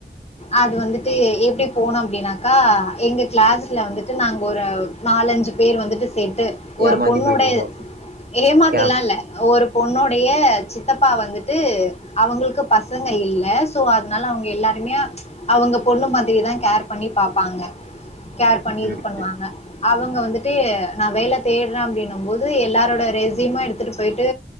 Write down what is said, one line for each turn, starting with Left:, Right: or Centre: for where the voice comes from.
Left: அது வந்துட்டு எப்டி போனோ அப்டினாக்கா எங்க கிளாஸ்ல வந்துட்டு நாங்க ஒரு நாலஞ்சு பேர் வந்துட்டு சேத்து ஒரு
Right: ஏமாந்து
Left: பொண்ணுட
Right: போயிட்டீங்கோ
Left: ஏமாத்தி
Right: ஸ்கேம்
Left: எல்லா இல்ல ஒரு பொண்ணுடைய சித்தப்பா வந்துட்டு அவங்கள்க்கு பசங்க இல்ல சோ அதுனால அவுங்க எல்லாருமே அவுங்க பொண்ணு மாதிரிதா கேர் பண்ணி பாப்பாங்க கேர் பண்ணி
Right: ம்
Left: இது பண்ணுவாங்க அவங்க வந்துட்டு நா வேல தேட்றே அப்டின்னும் போது எல்லாரோட ரெசிமு எடுத்துட்டு போயிட்டு